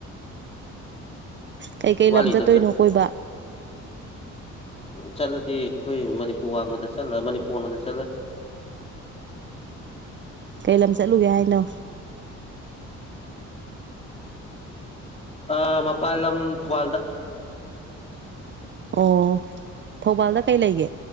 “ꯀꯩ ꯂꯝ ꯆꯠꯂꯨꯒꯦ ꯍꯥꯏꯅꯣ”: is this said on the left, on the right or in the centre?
Right